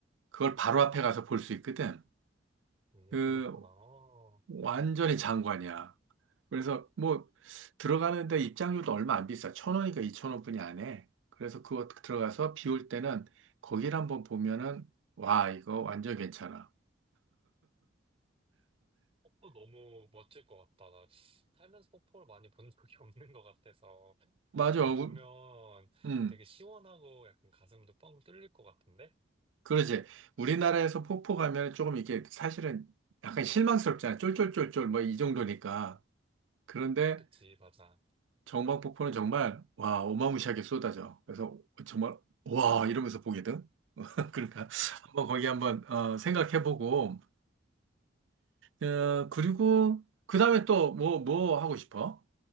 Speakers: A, on the right; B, on the right.
A: 그걸 바로 앞에 가서 볼 수 있거든.
B: 음,
A: 그
B: 그렇구나.
A: 완전히 장관이야. 그래서 뭐 들어가는데 입장료도 얼마 안 비싸. 천 원이니까 이천 원뿐이 안 해. 그래서 그거 들어가서 비 올 때는 거기를 한번 보면은 와 이거 완전 괜찮아.
B: 폭포 너무 멋질 것 같다. 나 살면서 폭포를 많이 본 <laughs> 적이 없는 것 같아서.
A: 맞아.
B: 막상
A: 우-
B: 보면
A: 음.
B: 되게 시원하고 약간 가슴도 뻥 뚫릴 것 같은데?
A: 그러지. 우리나라에서 폭포 가면 조금 이게 사실은 약간 실망스럽잖아. 쫄쫄쫄쫄 뭐 이 정도니까. 그런데
B: 그치, 맞아.
A: 정방폭포는 정말 와 어마무시하게 쏟아져. 그래서 정말 와 이러면서 보거든. <laughs> 그러니까 한번 거기 한번 어, 생각해보고 어, 그리고 그 다음에 또 뭐, 뭐 하고 싶어?